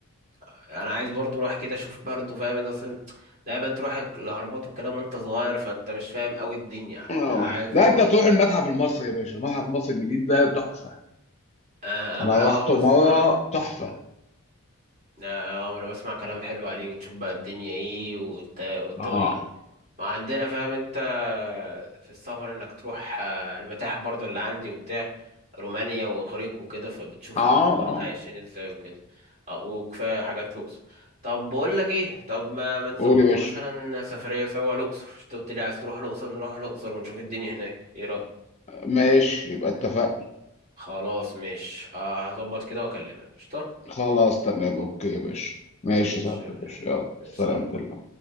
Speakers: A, on the right; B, on the left.
A: آه. انا عايز برضه اروح كده اشوف برضه فاهم انت اصلا دايما تروح الاهرامات والكلام وانت صغير فانت مش فاهم قوي الدنيا
B: اه
A: عايز
B: لا
A: اروح
B: انت تروح المتحف المصري يا باشا المتحف المصري الجديد ده تحفة
A: آه
B: انا
A: آه، ما انا اه
B: رحته
A: بسمع
B: مرة تحفة
A: اه آه، ما انا بسمع كلام حلو عليه وتشوف بقى الدنيا ايه والت... والتواريخ
B: اه اه
A: ما عندنا فاهم انت في السفر انك تروح آه، المتاحف برضو اللي عندي وبتاع رومانيا واغريق وكده فبتشوف
B: اه
A: الدنيا كانت عايشين ازاي وكده آه وكفايه حاجات الاقصر طب بقول لك ايه طب ما ما نظبطه
B: قول يا باشا
A: مثلا سفريه سوا الاقصر انت قلت لي عايز تروح الاقصر نروح الاقصر ونشوف الدنيا هناك ايه رايك
B: ماشي يبقى اتفقنا
A: خلاص مش هظبط كده واكلمك قشطه
B: خلاص تمام اوكي يا باشا ماشي
A: ماشي
B: يا سعادة
A: ماشي
B: الباشا يلا سلامتك
A: سلام.